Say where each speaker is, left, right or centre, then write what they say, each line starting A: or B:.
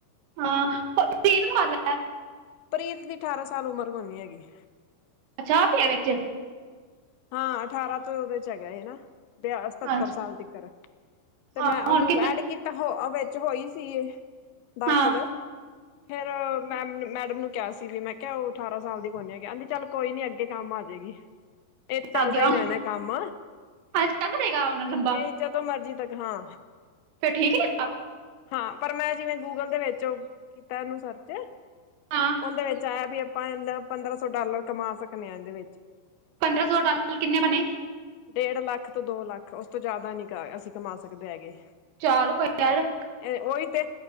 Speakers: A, on the right; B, on the left.
A: ਹਾਂ, ਪ੍ਰੀਤ ਨੂੰ ਕਰਲੈ।
B: ਪ੍ਰੀਤ ਦੀ ਅਠਾਰਾਂ ਸਾਲ ਉਮਰ ਕੋਨੀ ਹੈਗੀ।
A: ਜਾ ਪਿਆ ਵਿੱਚ
B: ਹਾਂ ਅਠਾਰਾਂ ਤੋਂ ਉਹਦੇ ਚ ਹੈਗਾ ਏ ਨਾ। ਵਿਆ ਸਤੱਤਰ
A: ਹਾਂਜੀ
B: ਸਾਲ ਤੱਕਰ ਤੇ
A: ਹਾਂ
B: ਮੈਂ ਉਹਨੂੰ
A: ਹੁਣ ਕਿੰਨਾ
B: ਐਡ ਕੀਤਾ ਹੋ ਵਿੱਚ ਹੋਈ ਸੀ ਇਹ। ਦਾਖਲ
A: ਹਾਂ
B: ਫੇਿਰ ਮੈਮ ਮੈਡਮ ਨੂੰ। ਕੇਆ ਸੀ ਵੀ ਮੈਂ ਕੇਆ ਓ ਅਠਾਰਾਂ ਸਾਲ ਦੀ ਕੋਈਨੀ ਹੈਗੀ, ਐਂਦੀ ਚੱਲ ਕੋਈ ਨੀ ਅੱਗੇ ਕਾੰਮ ਆ ਜੇਗੀ। ਏ ਤੇ ਚੱਲਦਾ
A: ਆ ਗਿਆ
B: ਈ
A: ਹਾਂ
B: ਰੈਨੈ ਕਾੰਮ,
A: ਚੱਲ ਰਹੇਗਾ ਹੁਣ ਲੰਬਾ
B: ਏ ਜਦੋਂ ਮਰਜੀ ਤੱਕ, ਹਾਂ।
A: ਫੇਰ ਠੀਕ ਨੀ ਹੈਗਾ।
B: ਹਾਂ ਪਰ ਮੈਂ ਜਿਵੇਂ ਗੂਗਲ ਦੇ ਵੇੱਚ ਕੀਤਾ ਐਨੂੰ ਸਰਚ
A: ਹਾਂ
B: ਓਂਦੇ ਵੇੱਚ ਆਏਆ ਵੀ ਅਪਾਂ ਏਨਾੱ ਪੰਦਰਾਂ ਸੌ ਡਾਲਰ ਕਮਾ ਸਕਨੇ ਆਂ ਏਂਦੇ ਵੇੱਚ।
A: ਪੰਦਰਾਂ ਸੌ ਡਾਲਰ ਕਿੰਨੇ ਬਨੇ?
B: ਡੇਡ ਲਾੱਖ ਤੋ ਦੋ ਲਾੱਖ, ਓਸ ਤੋ ਜਾਦਾ ਨੀ ਕਾ ਅਸੀ ਕਮਾ ਸਕਦੇ ਹੈਗੇ।
A: ਚਾਰ ਬਜਨ।
B: ਐ ਓਈ ਤੇ,